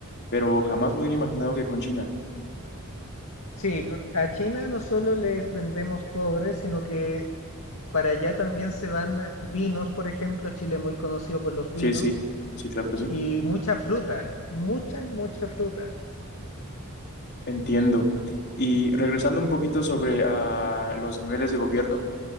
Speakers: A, on the left; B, on the left.
A: pero jamás me hubiera imaginado que con China.
B: sí, co- a China no solo les vendemos cobre, sino que para allá también se van vinos, por ejemplo, Chile es muy conocido por los vinos,
A: Sí, sí, sí, claro que sí.
B: y mucha fruta, mucha, mucha fruta.
A: Entiendo. Y regresando un poquito sobre ah, los niveles de gobierno,